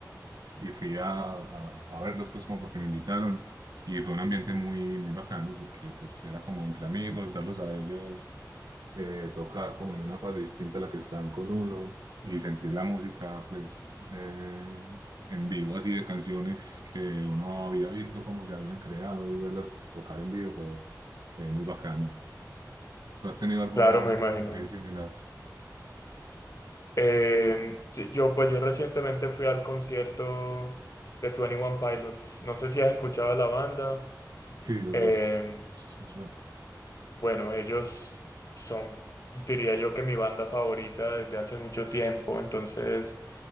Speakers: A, on the right; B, on the left.
A: y fui a, a, a verlos pues como porque me invitaron y fue un ambiente muy, muy bacano porque pues era como entre amigos, verlos a ellos eh, tocar como en una fase distinta a la que están con uno y sentir la música pues eh, en vivo así de canciones que uno había visto cómo se habían creado y verlas tocar en vivo fue, fue muy bacano. ¿Tú has tenido alguno
B: claro, me imagino.
A: así similar?
B: Eh, sí, yo, pues yo recientemente fui al concierto de Twenty One Pilots. No sé si has escuchado la banda.
A: Sí, los,
B: Eh,
A: los, los escucho.
B: bueno, ellos son, diría yo, que mi banda favorita desde hace mucho tiempo. Entonces,